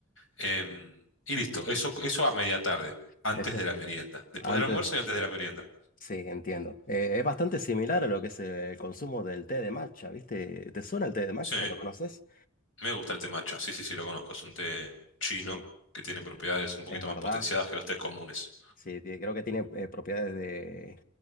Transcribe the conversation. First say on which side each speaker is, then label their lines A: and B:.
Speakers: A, on the left; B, on the left.
A: em, y listo. Eso, eso a media tarde, antes
B: Eso.
A: de la merienda. Después
B: Antes,
A: del almuerzo y antes de la merienda.
B: sí, entiendo. Eh, es bastante similar a lo que es el consumo del té de matcha, ¿viste? ¿Te suena el té de matcha?
A: Sí,
B: ¿Lo conoces?
A: me gusta el té matcha. Sí, sí, sí, lo conozco. Es un té chino
B: Sí.
A: que tiene propiedades un poquito
B: Es verdad.
A: más potenciadas que los tés comunes.
B: Sí, tie- creo que tiene eh, propiedades de...